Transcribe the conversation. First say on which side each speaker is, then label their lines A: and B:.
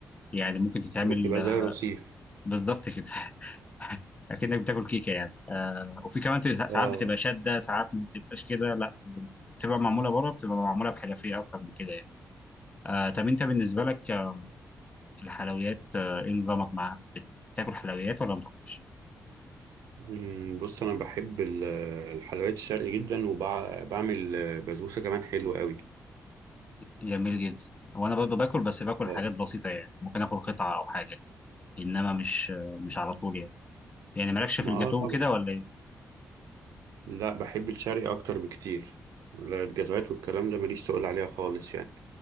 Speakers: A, on the left; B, on the right.
A: يعني ممكن تتعمل
B: بتبقى
A: آه،
B: زي رصيف
A: بالظبط كده <laughs> اكنك بتاكل كيكه يعني آه وفي كمان بت-
B: اه
A: ساعات بتبقى شاده ساعات ما بتبقاش كده لا بتبقى معموله بره بتبقى معموله بحرفيه اكتر من كده يعني آه طب انت بالنسبه لك آه، الحلويات آه، ايه نظامك معاها بتاكل حلويات ولا ما بتاكلش
B: مم، بص انا بحب ال- الحلويات الشرقي جدا وبعمل بسبوسه كمان حلوه قوي
A: جميل جدا وانا برضو باكل بس باكل
B: اه
A: حاجات بسيطه يعني ممكن اكل قطعه او حاجه انما مش آه، مش على طول يعني يعني مالكش
B: ما
A: في الجاتوه
B: آه طبعا
A: كده ولا ايه
B: لا بحب الشرقي اكتر بكتير لا، الجزوات والكلام ده ماليش تقول عليها خالص يعني